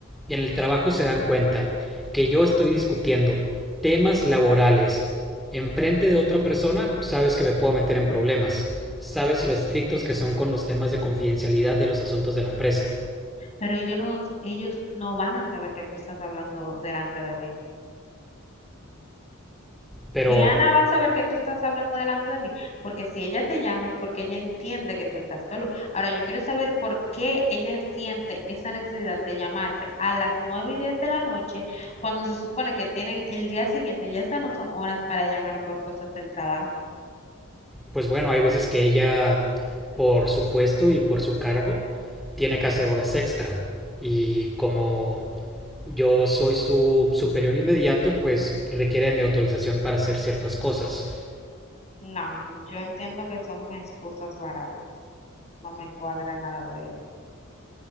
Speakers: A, in the centre; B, on the left.
A: en el trabajo se dan cuenta que yo estoy discutiendo temas laborales enfrente de otra persona, sabes que me puedo meter en problemas. Sabes lo estrictos que son con los temas de confidencialidad de los asuntos de la empresa.
B: Pero yo no, ellos no van a saber que tú estás hablando delante de mí.
A: Pero
B: Diana va a saber que tú estás hablando delante de mí, porque si ella te llama es porque ella entiende que tú estás solo. Ahora, yo quiero saber por qué ella siente esa necesidad de llamarte a las 9 y 10 de la noche, cuando se supone que tienen el día siguiente, ya esas no son horas para llamar por cosas del trabajo.
A: pues bueno, hay veces que ella, por su puesto y por su cargo, tiene que hacer horas extra. Y como yo soy su superior inmediato, pues requiere mi autorización para hacer ciertas cosas.
B: No, yo entiendo que son excusas baratas. No me cuadra nada de eso.